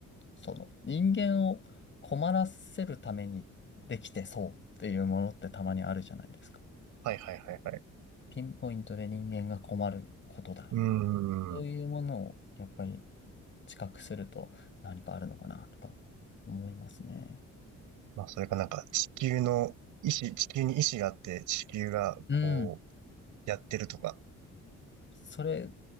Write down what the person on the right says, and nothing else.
はいはいはいはい。
うーん。
まあ、それかなんか地球の意志、地球に意志があって地球がこう
やってるとか。